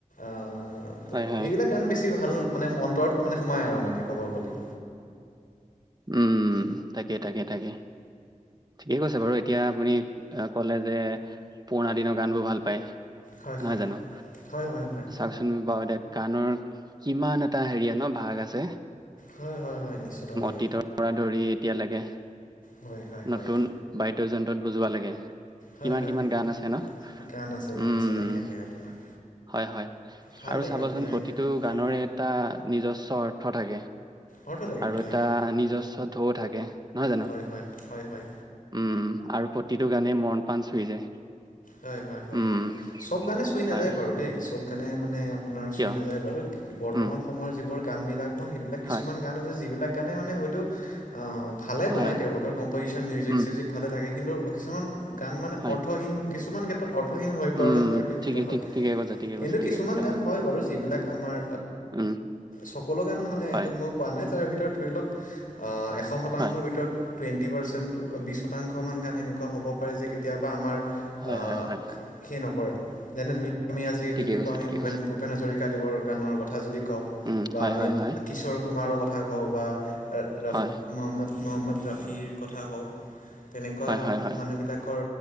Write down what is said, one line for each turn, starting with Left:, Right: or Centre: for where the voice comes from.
Left: অঁ'
Right: হয়
Left: ত
Right: হয়
Left: সেইবিলাক গান বেছি ভাল- মানে অন্তৰত মানে সোমায় আৰু মানে ক'ব গ'লে।
Right: উম' তাকে তাকে তাকে। ঠিকেই কৈছে বাৰু এতিয়া আপুনি এঁ কলে যে পুৰণা দিনৰ গান বোৰ ভাল পায়। নহয়
Left: হয় হয়
Right: জানো,
Left: হয় হয় হয়
Right: চাওচোন বাৰু এতিয়া- গানৰ কিমান এটা হেৰিয়া ন ভাগ আছে।
Left: হয় হয় হয় নিশ্চিতভাৱে।
Right: গীতৰ পৰা ধৰি এতিয়ালৈকে
Left: হয় হয় হয়
Right: নতুন বাদ্যযন্ত্ৰত বুজোৱা লাগে।
Left: হয়
Right: কিমান
Left: হয়
Right: কিমান
Left: হয়
Right: গান আছে ন
Left: গান আছে গান
Right: উম।
Left: আছে তাকেহে আপোনাৰ
Right: হয় হয়
Left: ভাল
Right: আৰু
Left: লাগে
Right: চাবচোন
Left: আপোনাৰ
Right: প্ৰতিটো
Left: এই
Right: গানৰে
Left: হয়
Right: এটা নিজস্ব অৰ্থ থাকে।
Left: অৰ্থ থাকে অৰ্থ
Right: এটা
Left: থাকে
Right: নিজস্ব ঢৌ থাকে নহয় জানো।
Left: হয় হয় হয় হয়।
Right: উম উম আৰু প্ৰতিটো গানেই মৰণ পাণ চুই যায়।
Left: হয় হয় হয়
Right: উম
Left: চব গানে চুই
Right: হয়
Left: নাযায় বাৰু দেই চব গানে মানে আপোনাৰ
Right: কিয়
Left: চুই নাযায় বাৰু বৰ্তমান
Right: উম
Left: সময়ৰ যিবোৰ গানবিলাক সেইবিলাক কিছুমান
Right: হয়
Left: গান আছে যিবিলাক গানে মানে হয়তো অ ভালে বনাই
Right: হয়
Left: তেওঁলোকেও কম্পজিশন মিউজিক
Right: উম
Left: চিউজিক ভালে থাকে কিন্তু কিছুমান গান মানে
Right: হয়
Left: অৰ্থহীন কিছুমান ক্ষেত্ৰত অৰ্থহীন হৈ পৰা
Right: উম
Left: যেন পৰিলক্ষিত
Right: ঠিকে
Left: হয়।
Right: ঠিক ঠিকে কৈছা ঠিকে কৈছা
Left: কিন্তু
Right: ঠিকে
Left: কিছুমান
Right: কৈছা
Left: গান হয় বাৰু যিবিলাক আমাৰ
Right: উম
Left: চকলো গান মানে
Right: হয়
Left: এইটোক মই পোৱা নাই তাৰে ভিতৰত ধৰি লক এশ শতাংশৰ
Right: হয়
Left: ভিতৰত টুৱেণ্টি পাৰ্চেণ্ট বিশ শতাংশমান গান এনেকুৱা হ'ব পাৰে যে কেতিয়াবা আমাৰ
Right: হয়
Left: অ'
Right: হয় হয়
Left: সেই নকৰে যেনে ধৰি লওক আমি আজি
Right: ঠিকে
Left: যদি
Right: কৈছে
Left: কওঁ আমি
Right: ঠিকে
Left: ভূপেন
Right: কৈছে
Left: ভূপেন হাজৰিকাদেৱৰ গানৰ কথা যদি কওঁ
Right: উম
Left: বা
Right: হয়
Left: আমি
Right: হয় হয়
Left: কিশোৰ কুমাৰৰ কথা কওঁ বা আহ ৰাফ
Right: হয়
Left: মহম্মদ মহম্মদ ৰাফিৰ কথা কওঁ। তেনেকুৱা
Right: হয় হয় হয়
Left: মানুহবিলাকৰ